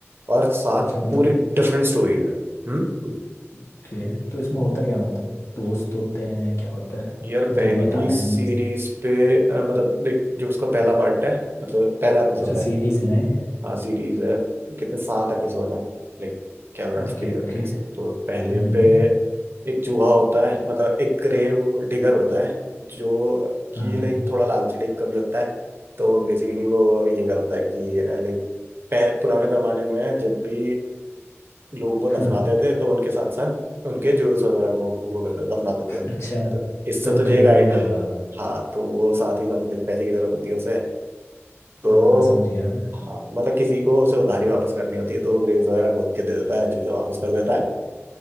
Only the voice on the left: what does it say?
अच्छा मतलब
ओके तो इसमें होता क्या मतलब दोस्त होते हैं क्या होता है
मतलब
वो बताते
नहीं है इसको
अच्छा
सीरीज है ना ये
Okay
okay
हम्म
हाँ
हाँ
अच्छा
तो वो
ग्रेव
डिगर होगा
हाँ समझ गया मैं